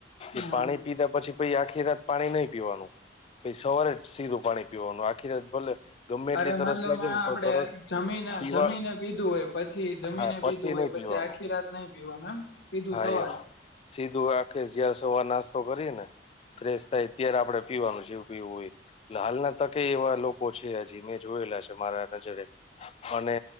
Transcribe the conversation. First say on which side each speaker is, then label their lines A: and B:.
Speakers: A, on the left (about 30°); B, on the left (about 65°).
A: તે
B: હા
A: પાણી પીધા પછી પહી આખી રાત પાણી નઈ પીવાનું. પછી સવારે જ સીધું પાણી પીવાનું, આખી રાત ભલે ગમે એટલી
B: અરે
A: તરસ
B: મતલબમાં
A: લાગે ને
B: આપડે
A: તો તરસ
B: જમીને-જમીને
A: પીવા
B: પીધું હોય પછી જમીને
A: હા
B: પીધું
A: નહી
B: હોય, પછી
A: પીવાનું
B: આખી થી રાત નઈ પીવાનું એમ સીધું
A: હા
B: સવાર.
A: એમ સીધું આખે ઝયાર સવાર નાસ્તો કરીએ ને. ફ્રેશ થાય ત્યારે આપડે પીવાનું જેવું પીવું હોય ઈ એટલે હાલના તકે એવા લોકો છે. થયા જી મે જોયેલા છે મારા નજરે. અને